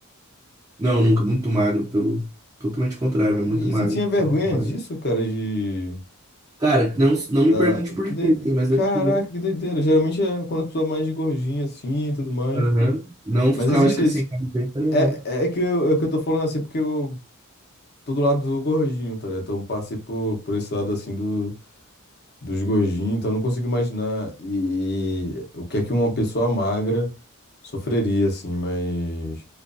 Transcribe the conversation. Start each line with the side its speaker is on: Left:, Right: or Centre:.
Right: Não, nunca, muito magro, pelo totalmente contrário,
Left: E
Right: mas muito magro.
Left: você tinha vergonha
Right: Muito magro.
Left: disso, cara, de.
Right: Cara, não, não
Left: Da...
Right: me pergunte por
Left: Que doi-
Right: quê, assim, mas
Left: Caraca,
Right: eu tinha.
Left: que doideira. Geralmente é quando a pessoa é mais gordinha assim e tudo mais.
Right: Aham. Não
Left: Mas
Right: ficava
Left: existe
Right: de
Left: esse.
Right: sem camiseta nem
Left: É,
Right: nada.
Left: é é que eu, é que eu tô falando assim porque eu tô do lado do gordinho, tá ligado? Então passei por, por esse lado assim do, dos gordinhos, então eu não consigo imaginar e, e o que é que uma pessoa magra sofreria, assim, mas.